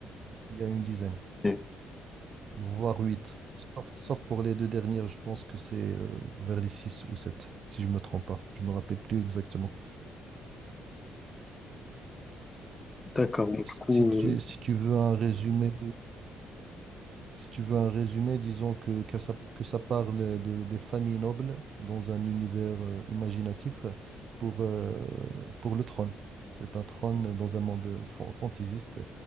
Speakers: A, on the right; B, on the left.
A: Il y a une dizaine.
B: Ok,
A: voire 8, Sauf, sauf pour les deux dernières, je pense que c'est euh, vers les 6 ou 7, si je me trompe pas. Je me rappelle plus exactement.
B: D'accord, donc du coup,
A: Si tu,
B: euh,
A: si tu veux un résumé, si tu veux un résumé, disons que, que ça, que ça parle de, des familles nobles dans un univers euh, imaginatif pour, euh, pour le trône. C'est un trône dans un monde fa- fantaisiste